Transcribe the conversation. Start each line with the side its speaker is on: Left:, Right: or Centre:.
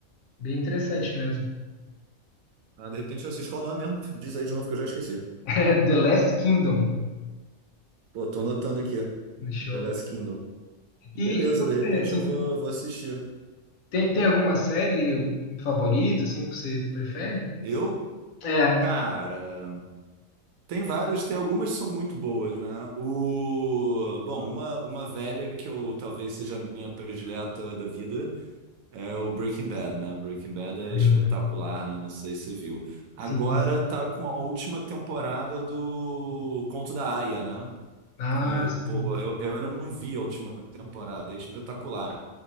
Left: bem interessante mesmo. <laughs>
Right: Ah, de repente eu assisto. Qual o nome mesmo? Diz aí de novo que eu já esqueci.
Left: É The Last Kingdom
Right: Pô, tô anotando aqui.
Left: no show.
Right: The Last Kingdom. Beleza,
Left: E, e você,
Right: de repente
Left: assim,
Right: eu vou, vou assistir.
Left: Tem, tem alguma série favorita, assim, que você prefere?
Right: Eu?
Left: É.
Right: Cara, tem várias, tem algumas que são muito boas, né? O... Bom, uma, uma velha que eu talvez seja a minha predileta da vida É o Breaking Bad, né? Breaking Bad é
Left: Hum,
Right: espetacular, né? Não sei se você viu. Agora
Left: Sim.
Right: tá com a última temporada do Conto da Aia, né?
Left: Ah,
Right: Que,
Left: sim.
Right: pô, eu, eu ainda não vi a última temporada, é espetacular.